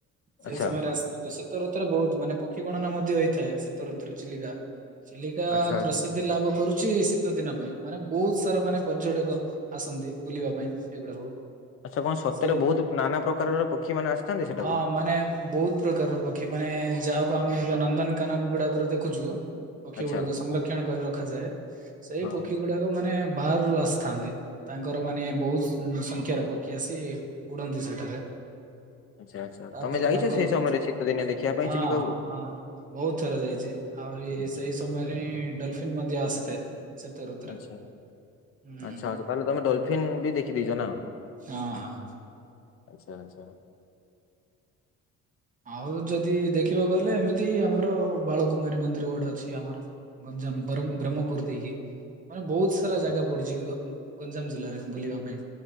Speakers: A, on the right; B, on the left.
A: ସେଇ
B: ଆଚ୍ଛା
A: ସମୟରେ ଆସିଥାନ୍ତେ ଶୀତ ଋତୁରେ ବହୁତ ମାନେ ପକ୍ଷୀ ଗଣନା ମଧ୍ୟ ହେଇଥାଏ ଶୀତ ଋତୁରେ ଚିଲିକା। ଚିଲିକା
B: ଆଚ୍ଛା
A: ପ୍ରସିଦ୍ଧି ଲାଭ କରୁଛି ସି ଶୀତ ଦିନ ପାଇଁ ମାନେ ବହୁତ ସାରା ମାନେ ପର୍ଯ୍ୟଟକ ଆସନ୍ତି ବୁଲିବା ପାଇଁ ଏଗୁଡାକୁ।
B: ଆଚ୍ଛା କଣ ସତରେ
A: ସେ
B: ବହୁତ ନାନା ପ୍ରକାରର ପକ୍ଷୀ ମାନେ ଆସିଥାନ୍ତେ ସେଟାକୁ।
A: ହଁ ମାନେ ବହୁତ ପ୍ରକାରର ପକ୍ଷୀ ମାନେ ଯାହାକୁ ଆମେ ଏବେ ନନ୍ଦନକାନନ ଗୁଡାକର ଦେଖୁଛୁ। ପକ୍ଷୀ
B: ଆଚ୍ଛା।
A: ଗୁଡିକ ସଂରକ୍ଷଣ କରି ରଖାଯାଏ ସେଇ
B: ହଁ।
A: ପକ୍ଷୀ ଗୁଡାକ ମାନେ ବାହରୁ ଆସିଥାନ୍ତି। ତାଙ୍କର ମାନେ ବହୁତ ସଂଖ୍ୟାର ପକ୍ଷୀ ଆସି ଉଡନ୍ତି ସେଠାରେ।
B: ଆଚ୍ଛା ଆଚ୍ଛା
A: ତାପରେ
B: ତମେ ଯାଇଛ
A: ତାଙ୍କର
B: ସେଇ
A: <unintelligible>
B: ସମୟରେ ଶୀତ ଦିନେ ଦେଖିବା ପାଇଁ
A: ହଁ
B: ଚିଲିକାକୁ?
A: ହଁ ହଁ। ବହୁତ ଥର ଯାଇଛି ଆହୁରି ସେଇ ସମୟରେ ହିଁ ଡଲଫିନ୍ ମଧ୍ୟ ଆସିଥାଏ। ଶୀତ ଋତୁରେ।
B: ଆଚ୍ଛା
A: ହୁଁ
B: ଆଚ୍ଛା ଆଛା ତାହେଲେ ତମେ ଡଲଫିନ୍ ବି ଦେଖିଦେଇଛ ନା?
A: ହଁ ହଁ।
B: ଆଚ୍ଛା ଆଛା।
A: ଆଉ ଯଦି ଦେଖିବାକୁହଲେ ଏମିତି ଆମର ବାଳକୁମାରୀ ମନ୍ଦିର ଗୋଟେ ଅଛି ଆମର। ଗଞ୍ଜାମ ବରଂ ବ୍ରହ୍ମପୁର ଦେଇକି ମାନେ ବହୁତ ବହୁତ ସାରା
B: ଆଚ୍ଛା।
A: ଜାଗା ପଡିଛି ଗ ଗଞ୍ଜାମ ଜିଲ୍ଲାରେ ବୁଲିବା ପାଇଁ